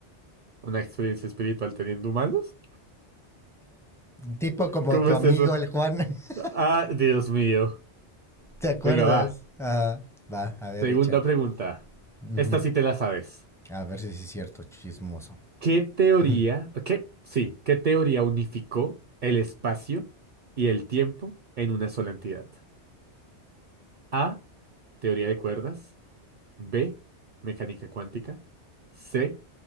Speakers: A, on the right; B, in the centre.
A: ¿Una experiencia espiritual teniendo humanos?
B: Tipo como
A: ¿Cómo
B: tu
A: es
B: amigo
A: eso?
B: el Juan, <laughs>
A: Ah, Dios mío.
B: ¿te acuerdas?
A: Venga, va.
B: Ajá. Va, a ver,
A: Segunda
B: échale.
A: pregunta.
B: Ujú.
A: Esta sí te la sabes.
B: A ver si sí es cierto, chismoso.
A: ¿Qué teoría,
B: Ujú.
A: qué, sí, qué teoría unificó el espacio y el tiempo en una sola entidad? A, teoría de cuerdas. B, mecánica cuántica. C,